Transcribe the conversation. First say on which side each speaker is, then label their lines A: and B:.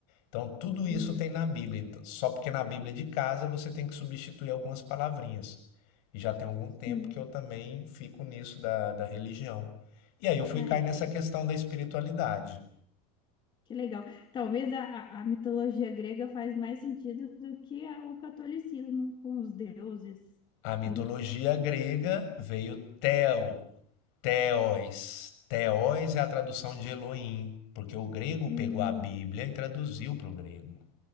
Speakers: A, on the left; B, on the left.
A: Então, tudo
B: entendi.
A: isso tem na Bíblia. Então, Só porque na Bíblia é de casa você tem que substituir algumas palavrinhas. E já tem algum tempo
B: Sim,
A: que eu também fico nisso da, da religião. E aí eu fui
B: é,
A: cair nessa
B: é,
A: questão da espiritualidade.
B: que legal. Talvez a, a a mitologia grega faz mais sentido do que a- o catolicismo com os deuses.
A: A mitologia
B: <laughs>
A: grega veio Theo, Theos. Theos é a tradução de Elohim, porque o grego
B: Hum,
A: pegou a Bíblia e traduziu para o grego.